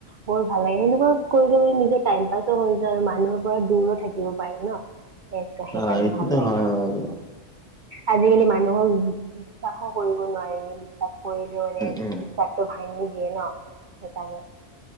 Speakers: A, on the right (about 50°); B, in the centre.
A: ব ভাল লাগে সেনেকুৱা কৰিলে ম নিজৰ টাইম পাছো হৈ যায়, আৰু মানুহৰ পৰা দূৰো থাকিব পাৰি ন। সেইকাৰণে
B: অ', এইটোতো
A: ভাল লাগে
B: হয় আৰু।
A: আজিকালি মানুহক বিশ্বাসো কৰিব নোৱাৰি বিশ্বাস কৰিলেও মানে
B: উম
A: বিশ্বাসটো ভাঙি দিয়ে ন সেইকাৰণে